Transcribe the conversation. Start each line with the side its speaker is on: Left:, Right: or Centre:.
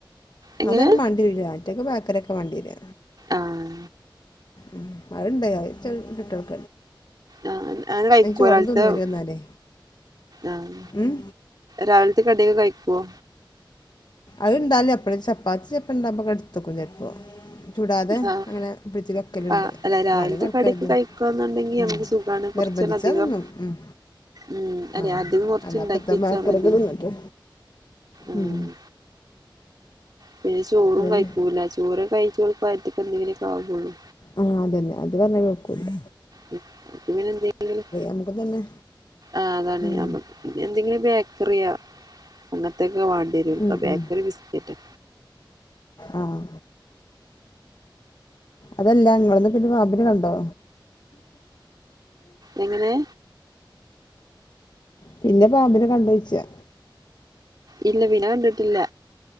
Right: എങ്ങനെ
Left: അവൻ മാണ്ടി <unintelligible> ആറ്റൊക്കെ ബേക്കറിയൊക്കെ വാണ്ടിവര്ക
Right: ആഹ്
Left: ഉം അതുണ്ട്‌ <inaudible>
Right: ആഹ് ങ്ങനെ കഴിക്കൂല..
Left: ചോറും തിന്നൂല
Right: <unintelligible>
Left: എന്നാലേ
Right: ആഹ്
Left: ഉം
Right: രാവിലത്തെ കടിയൊക്കെ കയിക്കുവോ?
Left: അത്ണ്ടാലി അപ്പഴേ ചപ്പാത്തി <unintelligible> എടുത്തക്കും ചിലപ്പോ ചുടാതെ
Right: ആഹ്
Left: അങ്ങനെ പിടിച്ചു ലക്കലുണ്ട്
Right: ആഹ് അല്ല രാവിലത്തെ
Left: പണി കൊടുക്കരുതും
Right: കടിയൊക്കെ കഴിക്കുകന്നുണ്ടെങ്കി നമുക്ക്
Left: ഉം.
Right: സുഖാണ് കുറച്ചൂടെ
Left: <unintelligible> വധിച്ചതൊന്നും
Right: അധികം
Left: ഉം.
Right: ഉം അല്ലെ
Left: ആഹ്
Right: അധികം കുറച്ച്
Left: അല്ലപ്പത്തെ
Right: ഉണ്ടാക്കി വെച്ചാ
Left: ബെക്കറിക്കെ
Right: മതി
Left: തിന്നിട്ട്
Right: ആഹ്
Left: ഉം
Right: പിന്നെ ചോറും
Left: അതന്നെ
Right: കഴിക്കൂല്ല ചോറും കഴിച്ച <unintelligible> എന്തേങ്കിലെക്ക ആവുള്ളൂ.
Left: ആഹ് അതന്നെ അത് പറഞ്ഞാ കേക്കൂല്ല.
Right: അത് പിനെ എന്തെങ്കിലും..
Left: നമുക്ക് തന്നെ
Right: ആഹ് അതാണ്
Left: ഉം
Right: നമ്മക്ക് പിന്നെ എന്തെങ്കിലും ബേക്കറിയോ അങ്ങനത്തൊക്കെ വാണ്ടിവരും. ഇപ്പ
Left: ഉം
Right: ബേക്കറി
Left: ഉം
Right: ബിസ്ക്കറ്റ്
Left: ആഹ് അതല്ല ഇങ്ങളന്നു പിന്ന പാമ്പിനെ കണ്ടോ?
Right: എങ്ങനെ?
Left: പിന്നെ പാമ്പിനെ കണ്ടഴിച്ചാ.
Right: ഇല്ല പിന്ന കണ്ടിട്ടില്ല.